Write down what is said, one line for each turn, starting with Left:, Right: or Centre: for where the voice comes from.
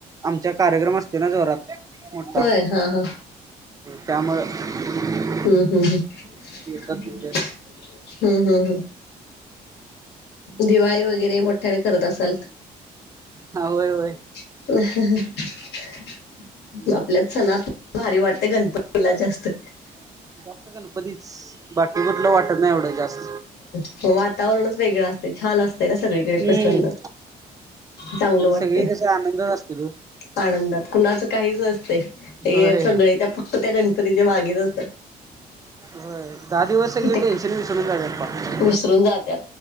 Right: आमच्या कार्यक्रम असते ना जोरात. मोठा
Left: होय हा हा
Right: त्यामुळं
Left: हम्म हम्म हम्
Right: येतात तिथे
Left: हम्म हम्म हम्म. दिवाळी वगैरे मोठ्याने करत असाल.
Right: हा होय होय.
Left: हा हा हा. आपल्यात सणात भारी वाटते गणपतीला जास्त
Right: जास्त गणपतीच बाकी कुठलं वाटत नाही एवढं जास्त
Left: मग वातावरणच वेगळं. ते छान असतय ना सगळीकडे
Right: हम्म.
Left: प्रसन्न चांगलं
Right: आणि
Left: वाटते.
Right: सगळी कसं आनंदात असत्यात ओ.
Left: आनंदात कुणाचं काहीच असतय हे
Right: होय
Left: सगळे त्या फक्त त्या गणपतीच्या मागेच असतात.
Right: होय दहा दिवस सगळी
Left: ते
Right: टेनशन विसरून जात्यात पाक.
Left: विसरून जातात